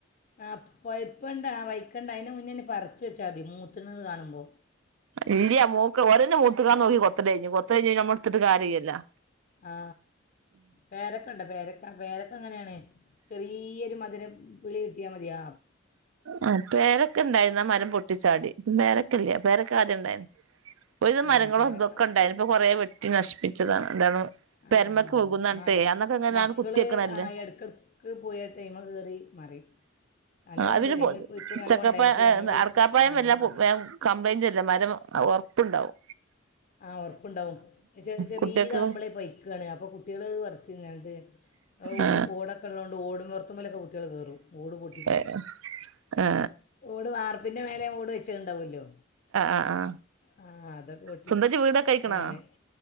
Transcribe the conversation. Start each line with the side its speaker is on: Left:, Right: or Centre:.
Left: ആ പോയപ്പണ്ട് ആ വയ്ക്കെണ്ടായിന്നെ മു- മുന്നെന്നെ പറിച്ച വെച്ചാ മതി മൂത്ത്ണ് നിന്ന് കാണുമ്പോ
Right: ഇല്ല്യ മൂക്ക് ഒരെന്നെ മൂത്തക്ക്ണോ നോക്കി കൊത്തല് കയിഞ്ഞു. കൊത്തല് കയിഞ്ഞിട്ടു പിന്നെ ഇട്ത്തിട്ട് കാര്യല്ലലോ
Left: ആ പേരക്ക ഇണ്ട പേരക്ക പേരക്കെ എങ്ങനെയാണ് ചെറിയൊരു മധുരം പിളി കിട്ടിയാ മതിയാ
Right: ആ പേരക്കണ്ടായിന്ന മരം പൊട്ടിച്ചാടി പേരക്യല്ല പേരക്ക ആദ്യം ഇണ്ടായിന് ഒരു വിധം
Left: ഏ
Right: മരങ്ങളും
Left: പേരക്ക
Right: തൊക്കെ ഇണ്ടായിന്ന് ഇപ്പൊ കൊറേ വെട്ടി ട്ടി നശി - ച്ചത
Left: ആ
Right: പെരമക്ക് വുഗും നറഞ്ഞട്ടു
Left: മ
Right: അന്നൊക്കെ ഇങ്ങനെയങ്‌
Left: മക്കൾ
Right: കുത്തിയക്കണല്ലേ
Left: ആ ഇടയ്ക്കിടയ്ക്ക് പോയി ആ ടൈമ് കയറി മറിയും നല്ലോണം
Right: ആ അവര്
Left: ഉണ്ട് ടൈം
Right: പൊത്
Left: ഇപ്പോൾ ഇക്കുറി നല്ലോണം
Right: ചക്കപ്പയം
Left: ഉണ്ടായിന് ഇപ്പം
Right: ഏ
Left: ഞങ്ങൾ
Right: അടക്കാപയം
Left: ആ,
Right: വല്ലാ വേം കംപ്ലയിന്റ് വരും അല്ല മരം ഒറപ്പ്ണ്ടാവും
Left: ആ ഒറപ്പ്ണ്ടാവും ചെ ചെര്യേതാവുമ്പളെ
Right: കുട്ടികൾക്ക്
Left: പൈക്കാണ് അപ്പൊ കുട്ട്യേള് അത് പറ്ച്ചും പിന്നത് അത്
Right: ആ
Left: ഓട് ഓടൊക്കെള്ളതോണ്ട് ഓട്. നിർത്തുമ്മലൊക്കെ കുട്ട്യേള് കേറും. ഓട് പൊട്ടിക്ക
Right: ആ ആ
Left: ഓട് വാർപ്പ് പിന്നെ മേല ഓട് വച്ചത് ഉണ്ടാവുമല്ലോ
Right: ആ ആ
Left: ആ അതൊ കട്ടി
Right: സ്വന്തായിട്ട് വീടൊക്കെ ആയിക്കണോ
Left: ഇതാണ്
Right: ആ